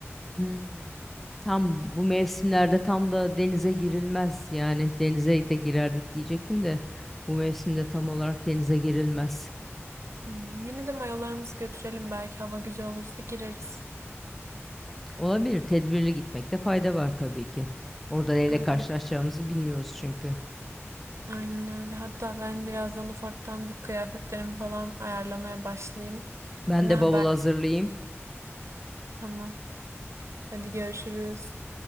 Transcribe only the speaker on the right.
Hmm, Yine de mayolarımızı götürelim belki hava güzel olursa gireriz.
Aynen,
aynen öyle. Hatta ben birazdan ufaktan bir kıyafetlerimi falan ayarlamaya başlayayım.
Yine
haber.
Tamam. Hadi görüşürüz.